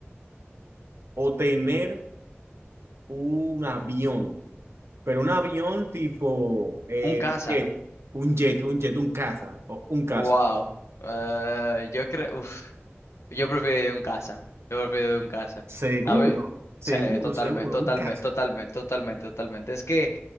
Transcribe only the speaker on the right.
o tener un avión? Pero un avión tipo eh,
jet, un jet, un jet, un caza, o un caza.
Seguro,
seguro,
seguro,
un caza.